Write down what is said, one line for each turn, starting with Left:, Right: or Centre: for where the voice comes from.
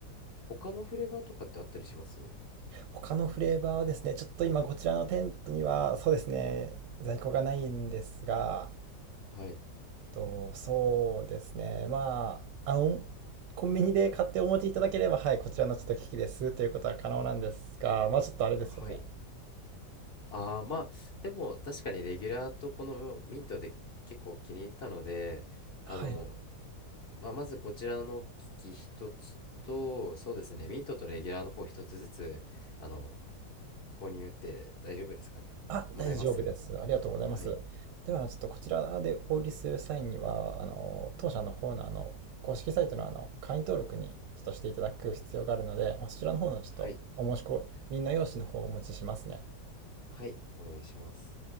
Left: 他のフレーバーとかってあったりします
Right: 他のフレーバーはですね、ちょっと今こちらのテントには、そうですね、在庫がないんですが、
Left: はい。
Right: と、そうですね、まあ、あの、コンビニで買ってお持ちいただければ、はい、こちらのちょっと機器ですということは可能なんですが、まあちょっとあれですよね。
Left: はい。ああ、まあ、でも確かにレギュラーとこのミントで結構気に入ったので、あの、
Right: はい
Left: まあ、まずこちらの機器一つと、そうですね、ミントとレギュラーの方一つずつ、あの、購入って大丈夫ですかね。
Right: あ、
Left: もらえます
Right: 大丈夫です。ありがとうございます。
Left: はい。
Right: では、あのちょっとこちらでお売りする際には、あの、当社の方の、あの、公式サイトの、あの、会員登録にちょっとしていただく必要があるので、まあそちらの方のちょっとお申し込みの用紙の方をお持ちしますね。
Left: はい。はい。お願いします。